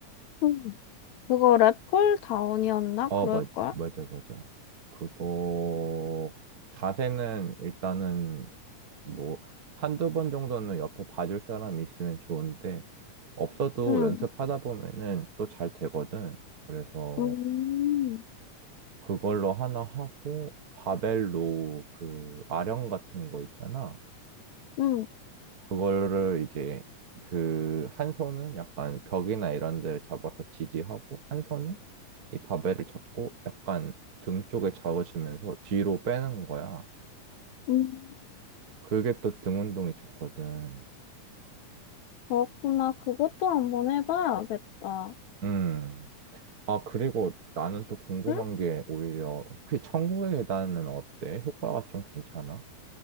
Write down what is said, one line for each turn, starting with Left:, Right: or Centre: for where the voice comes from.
Left: 음. 그거 랩폴 다운이었나?
Right: 아,
Left: 그럴걸?
Right: 맞, 맞아, 맞아. 그거 자세는 일단은 뭐 한두 번 정도는 옆에 봐줄 사람이 있으면 좋은데 없어도
Left: 응.
Right: 연습하다 보면은 또 잘 되거든. 그래서
Left: 음,
Right: 그걸로 하나 하고 바벨로 그 아령 같은 거 있잖아.
Left: 음,
Right: 그거를 이제 그 한 손은 약간 벽이나 이런 데를 잡아서 지지하고 한 손은 이 바벨을 잡고 약간 등 쪽에 잡아주면서 뒤로 빼는 거야.
Left: 음.
Right: 그게 또 등 운동이 좋거든.
Left: 그렇구나. 그것도 한번 해봐야겠다.
Right: 음. 아, 그리고 나는 또 궁금한
Left: 응?
Right: 게 오히려 혹시 천국의 계단은 어때? 효과가 좀 괜찮아?